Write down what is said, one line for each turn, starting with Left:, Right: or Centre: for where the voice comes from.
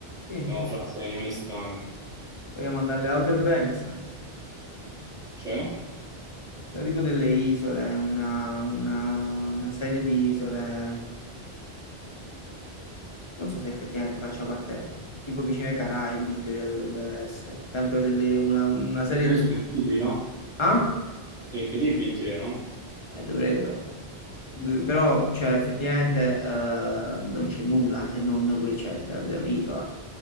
Left: Sì,
Centre: No, fra, sono animali strani.
Left: vogliamo andare alle Outer Banks?
Centre: Cioè? In
Left: Sono tipo delle isole, una, una- una serie di isole. Non so se effettivamente faccia parte, tipo vicino ai Caraibi, in teoria dovrebbe essere. Sempre delle, una, una serie
Centre: teoria
Left: di...
Centre: sono incredibili, no?
Left: Ah?
Centre: Sono incredibili in teoria, no?
Left: Eh, dovrebbero. Do- Però, cioè, effettivamente eh, non c'è nulla se non qui c'è, sarebbe un'isola.